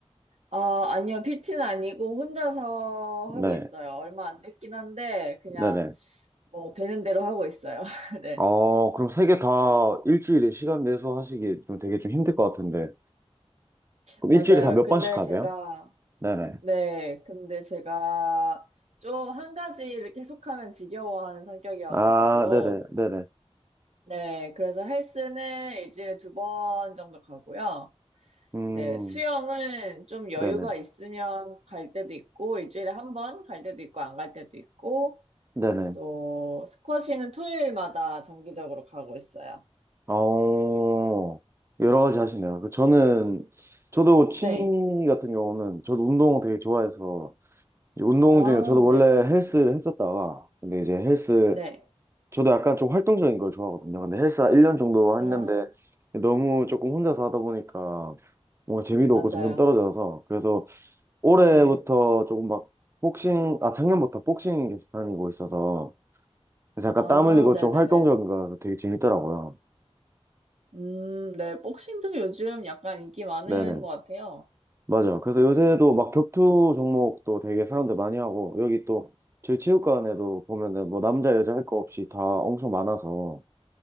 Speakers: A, on the right; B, on the right.
A: 아, 아니요. PT는 아니고 혼자서
B: 네,
A: 하고 있어요. 얼마 안 됐긴 한데 그냥
B: 네네.
A: 뭐 되는 대로 하고 있어요. <laughs> 네.
B: 어, 그럼 세 개 다 일주일에 시간 내서 하시기 좀 되게 좀 힘들 것 같은데. 그럼
A: 맞아요.
B: 일주일에 다 몇
A: 근데
B: 번씩 하세요?
A: 제가
B: 네네.
A: 네. 근데 제가 좀 한 가지를 계속하면 지겨워하는 성격이어
B: 아,
A: 가지고
B: 네네, 네네.
A: 네. 그래서 헬스는 일주일에 두 번 정도 가고요.
B: 음,
A: 이제 수영은 좀 여유가
B: 네네.
A: 있으면 갈 때도 있고 일주일에 한 번 갈 때도 있고 안 갈 때도 있고
B: 네네.
A: 또 스쿼시는 토요일마다 정기적으로 가고 있어요.
B: 어, 여러 가지 하시네요. 그 저는, 저도 취미
A: 네.
B: 같은 경우는, 저도 운동 되게 좋아해서, 이제 운동
A: 아,
B: 중에, 저도 원래
A: 네.
B: 헬스를 했었다가, 근데 이제 헬스,
A: 네.
B: 저도 약간 좀 활동적인 걸 좋아하거든요. 근데 헬스 1년 정도
A: 아,
B: 했는데, 너무 조금 혼자서 하다 보니까, 뭔가 재미도
A: 맞아요.
B: 없고 점점 떨어져서, 그래서 올해부터
A: 네.
B: 조금 막, 복싱, 아, 작년부터 복싱 계속 다니고 있어서, 그래서 약간
A: 아,
B: 땀 흘리고
A: 네네네.
B: 좀 활동적인 거라서 되게 재밌더라고요.
A: 음, 네. 복싱도 요즘 약간 인기 많은
B: 네네.
A: 것 같아요.
B: 맞아요. 그래서 요새도 막 격투 종목도 되게 사람들 많이 하고, 여기 또 저희 체육관에도 보면은 뭐 남자, 여자 할 거 없이 다 엄청 많아서,